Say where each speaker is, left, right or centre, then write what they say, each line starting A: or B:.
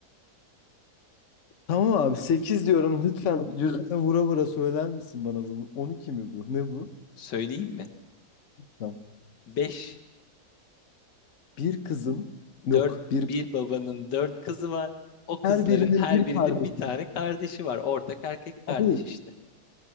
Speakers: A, on the left; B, on the left.
A: Tamam abi 8 diyorum lütfen yüzüme vura vura söyler misin bana bunu? 12 mi bu? Ne bu?
B: Söyleyeyim mi?
A: Tamam.
B: Beş.
A: Bir kızın yok
B: Dört,
A: bir
B: bir babanın dört kızı var. O kızların
A: Her birinin
B: her
A: bir
B: birinin
A: kardeşi.
B: bir tane kardeşi var. Ortak erkek kardeş
A: Abi
B: işte.